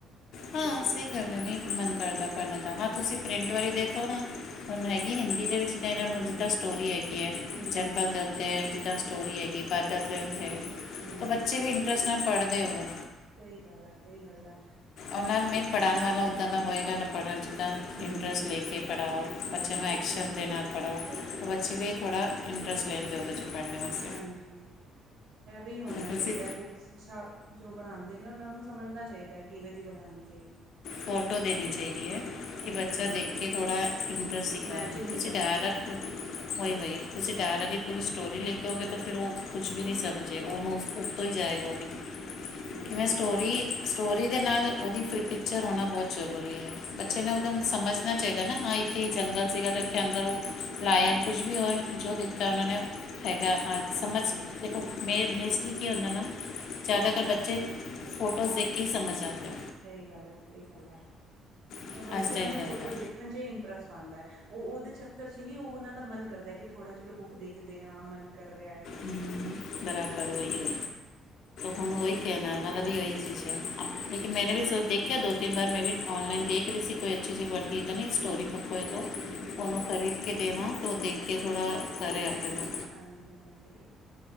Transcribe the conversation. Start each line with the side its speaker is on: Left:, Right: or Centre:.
Left: ਹਾਂ ਸਈ ਗੱਲ ਐ, ਨਈ ਮਨ ਕਰਦਾ ਪੜ੍ਹਨ ਦਾ ਹਾਂ ਤੁਸੀਂ ਪ੍ਰਿੰਟ ਵਾਲੀ ਦੇਖੋ ਨਾ ਹੁਨ ਹੈਗੀ ਹਿੰਦੀ ਦੇ ਵਿੱਚ <unintelligible>
Right: ਹੂੰ
Left: ਸਟੋਰੀ ਹੈਗੀ ਐ,
Right: ਹੂੰ
Left: ਜੰਗਲ ਦੇ ਉੱਤੇ ਜਿੱਦਾਂ ਸਟੋਰੀ ਏ। ਕੀ ਬਦਲ
Right: ਹਾਂਜੀ
Left: ਦੇ ਉਥੇ
Right: ਹਾਂਜੀ ਹੂੰ
Left: ਤੋਂ ਬੱਚੇ ਵੀ ਇੰਟਰੇਸਟ ਨਾਲ ਪੜ੍ਹਦੇ ਓ।
Right: ਸਈ ਗੱਲ ਐ, ਸਈ ਗੱਲ ਐ।
Left: ਔਰ ਨਾਲ ਮੇਨ ਪੜ੍ਹਾਨ ਵਾਲਾ ਉੱਦਾਂ ਦਾ ਹੋਏਗਾ ਨਾ ਪੜ੍ਹਨ ਜਿਦਾ
Right: ਹੂੰ
Left: ਇੰਟਰਸਟ ਲੇ ਕੇ ਪੜ੍ਹਾਓ, ਬੱਚਿਆਂ ਨੂੰ ਐਕਸ਼ਨ
Right: ਹਾਂਜੀ
Left: ਦੇ ਨਾਲ ਪੜ੍ਹਾਓ,
Right: ਸਹੀ ਗੱਲ
Left: ਤੋਂ ਬੱਚੇ
Right: ਆ
Left: ਵੀ ਥੌੜਾ ਇੰਟਰਰੇਸਟ ਲੈਨਗੇ ਓਦੇ 'ਚ। ਪੜ੍ਹਨੇ ਵਾਸ
Right: ਹਾਂਜੀ ਐਵੇਂ ਈ ਹੋਨਾ
Left: ਤੁਸੀਂ
Right: ਚਾਈਦਾ ਬੁੱਕ ਜੋ ਬਣਾਉਂਦੇ ਨੇ ਉਹਨਾਂ ਨੂੰ ਸਮਝਣਾ ਚਾਹੀਦਾ ਹੈ ਕਿਵੇ ਜਿਹੀ ਬਣਾਉਣੀ ਚਾਹੀਏ।
Left: ਫੋਟੋ ਦੇਣੀ ਚਾਹੀਦੀ ਹੈ। ਕਿ
Right: ਹਾਂਜੀ
Left: ਬੱਚਾ ਦੇਖ ਕੇ ਥੋ੍ਹਾ ਇੰਟਰਸਟ ਦਿਖਾਏ
Right: ਇਮੈਜਿਨ ਵੀ ਕਰੇ
Left: ਤੁਂ ਡਾਇਰੈਕਟ। ਉਹੀ ਵ ਤੁਸੀਂ ਡਰ ਲਗੇ ਪੂਰੀ ਸਟੋਰੀ ਲਿਖ ਦੋਗੇ ਤਾਂ ਫਿਰ ਉਹ ਕੁਛ ਵੀ ਨਹੀਂ ਸਮਝੇ ਉਹਨੂੰ ਉਸ ਤੋਂ ਹੀ ਜਾਏਗਾ। <unintelligible>
Right: ਹਮ
Left: ਕਿਵੇਂ ਸਟੋਰੀ
Right: ਸਹੀ ਗੱਲ ਹੈ
Left: ਸਟੋਰੀ ਦੇ ਨਾਲ ਉਹਦੀ ਪ ਪਿਕਚਰ ਹੋਣਾ ਬਹੁਤ ਜ਼ਰੂਰੀ ਹੈ। ਬੱਚੇ
Right: ਸਹੀ
Left: ਨੇ
Right: ਗੱਲ
Left: ਉਧਰ
Right: ਹੈ
Left: ਸਮਝ। ਚਾਹੀਦਾ ਨਾ ਹਾਂ ਇੱਥੇ ਜੰਗਲ ਸੀਗਾ ਅਤੇ ਇੱਥੇ ਅੰਦਰ ਉਹ ਲਾਇਨ ਕੁਝ ਵੀ ਹੋਏ ਜੋ ਦਿੱਤਾ ਉਹਨਾਂ ਨੇ। ਹੈਗਾ ਹਾਂ
Right: ਹਾਂਜੀ
Left: ਸਮਝ ਦੇਖੋ। ਮੇ ਮੇ ਸੀ ਕਿ ਉਹਨਾਂ ਨਾਲ ਜ਼ਿਆਦਾਤਰ ਬੱਚੇ ਫੋਟੋਜ਼ ਦੇਖ ਕੇ ਹੀ ਸਮਝ ਆਦੇ।
Right: ਸਹੀ ਗੱਲ ਹੈ ਸਹੀ ਗੱਲ ਹੈ
Left: ਆ।
Right: ਹੋਰ ਬੱਚਿਆਂ
Left: ਅੱਜ ਦਾ ਇੱਦਾਂ
Right: ਨੂੰ ਫੋਟੋ
Left: ਹੈਗਾ
Right: ਦੇਖਣ 'ਚ ਇੰਟਰਸਟ ਆਉਂਦਾ। ਉਹ ਉਹਦੇ ਚੱਕਰ 'ਚ ਹੀ ਉਹ ਉਹਨਾਂ ਦਾ ਮਨ ਕਰਦਾ ਕਿ ਥੋੜ੍ਹਾ ਚਲੋ ਬੁੱਕ ਦੇਖਦੇ ਹਾਂ ਮਨ ਕਰ ਰਿਹਾ ਹੈ।
Left: ਹੰਮ ਬਰਾਬਰ ਉਹੀ ਹੈ ਹੁਣ ਉਹੀ ਕਹਿਣਾ
Right: ਹਾਂਜੀ
Left: ਉਹਨਾਂ ਦਾ ਵੀ ਉਹੀ ਚੀਜ਼ ਹ <unintelligible> ਲੇਕਿਨ ਮੈਨੇ ਵੀ ਸ ਦੇਖਿਆ ਦੋ ਤਿੰਨ ਬਾਰ ਮੈਂ ਵੀ ਔਨਲਾਈਨ ਦੇਖਹੀ ਸੀ ਕੋਈ ਅੱਛੀ ਜੀ ਵਰਤੀ ਤਾਂ ਨਹੀਂ ਸਟੋਰੀ ਬੁੱਕ ਹੋ
Right: ਹਾਂ
Left: ਉਹਨੂੰ ਖਰੀਦ ਕੇ ਦੇਵਾਂ ਤਾਂ ਉਹ ਦੇਖ ਕੇ ਥੋੜਾ ਕਰੇ ਆਪਣਾ
Right: ਹਾਂਜੀ ਹਾਂਜੀ।